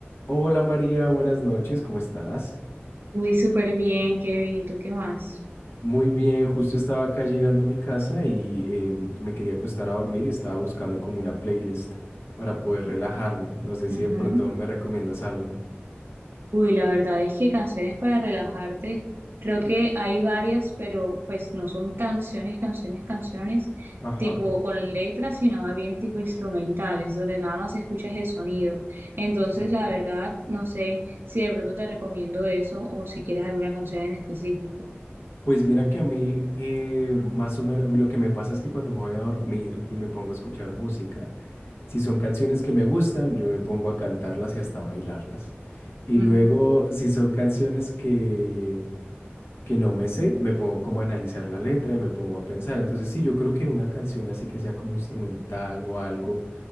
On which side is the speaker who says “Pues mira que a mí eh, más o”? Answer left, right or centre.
Left